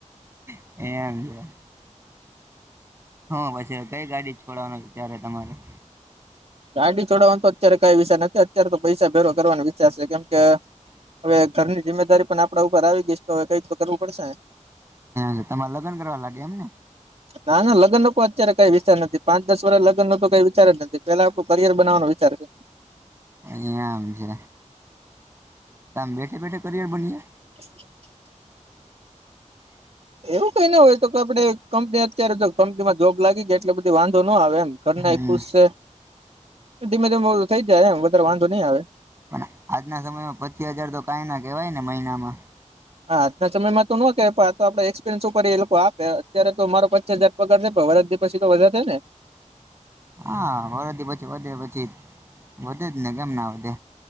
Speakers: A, on the right; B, on the right.
A: એ એમ છે હ પછી કઈ ગાડી છોડવાનું ત્યારે તમારે
B: ગાડી છોડવાનો તો અત્યારે કઈ વિચાર નથી અત્યારે તો પૈસા ભેરો કરવાનો વિચાર છે કેમ કે હવે ઘરની જિમ્મેદારી પણ આપડા ઉપર આવી ગઈશ તો હવે કઈ તો કરવું પડશે ને
A: હે તમાર લગ્ન કરવા લાગયા એમ ને
B: ના ના લગ્નનો તો અત્યારે કઈ વિચાર નથી પાંચ દસ વર્ષ લગ્નનો તો કઈ વિચાર જ નથી. પેલા આપડું કરિયર બનાવાનો વિચાર છે.
A: અહીંયા આમ છે. તામ બેઠે બેઠે કરિયર બનીએ
B: <inaudible> એવું કઈ ના હોય તો કે આપડે કંપની અત્યારે કંપનીમાં જોબ લાગી ગાય એટલે બધી વાંધો ન આવે એમ. ઘરના
A: ગયા હમ
B: એ ખુશ છે ધીમે ધીમે થઇ જાય એમ વધારે વાંધો નહી આવે.
A: પણ આજના સમયમાં પચીસ હજાર તો કઈ ના કેવાય ને મહિનામાં.
B: હા આજના સમયમાં તો નો કેવાય આપડે એક્સપિરિયન્સ ઉપર એ લોકો આપે અત્યારે તો મારો પચા હજાર પગાર છે વરસ પછી તો વધારે થહે ને.
A: હા વળથી પછી વધે પછી વધે જ ને કેમ ના વધે.